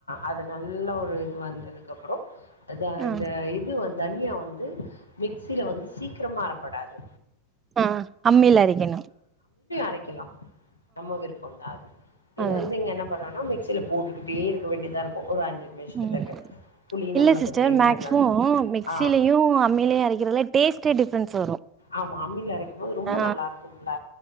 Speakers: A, on the left; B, on the right.
A: அது நல்ல ஒரு இது வந்ததுக்கப்றோ அதா
B: ஆ
A: இந்த இது வந் தனியா வந்து மிக்சில வந்து சீக்கிரமா அரபடாது
B: ஆ அம்மில அரைக்கணூ
A: கடைக்கலாம் நம்ம விருப்பம் தான் அது இது
B: அது
A: வந்து இங்க என்ன பண்ணன மிக்சியில போட்டுக்கிட்டே இரு க்க வேண்டியதாயிருக்கும் ஒரு அஞ்சு நிமிஷத்துக்கு
B: ம்
A: புளி
B: இல்ல
A: நம்மளுக்கு
B: சிஸ்டர்
A: தேவையான
B: மேக்சிமம்
A: அளவுக்கு
B: மிக்சிலயு
A: ஆஹ்
B: அம்மிலயு அரைக்கிறதுல டேஸ்ட்டே டிஃப்ரென்ஸ் வரு
A: ஆமா அம்மியில அரைக்கும்போது ரொம்ப
B: ஆ
A: நல்லா இருக்கும்ல